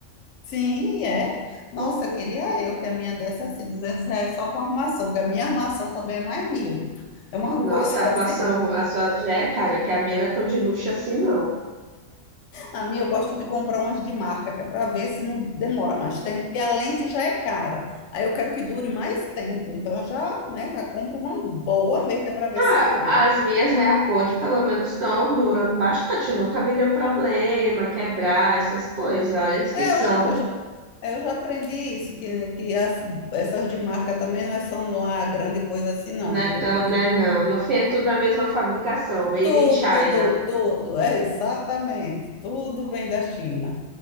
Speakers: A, on the left; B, on the right.
A: sim, é. Nossa,
B: Uhum.
A: queria eu que a minha desse assim, 200 reais só com armação, porque a minha armação também é mais mil. É uma
B: Nossa,
A: <laughs> coisa
B: a armação,
A: assim.
B: a sua já é cara, que a minha não é tão de luxo assim, não.
A: A minha eu gosto de comprar umas de marca, que é para ver se não demora mais tempo, porque a lente já é cara. Aí eu quero que dure mais tempo, então eu já, né, já compro uma boa mesmo, que é para ver
B: Ah,
A: se dura.
B: as minhas meia ponte, pelo menos, estão durando bastante. Nunca me deu problema, quebrar, essas coisas. Olha, eles que
A: É,
B: são,
A: eu já, eu já, é, eu já aprendi isso, que, que as- essas de marca também não é- são lá grande coisa assim, não,
B: né,
A: viu?
B: tão, né, não. No fim, é tudo da mesma fabricação, made
A: Tudo,
B: in China.
A: tudo, é exatamente, tudo vem da China.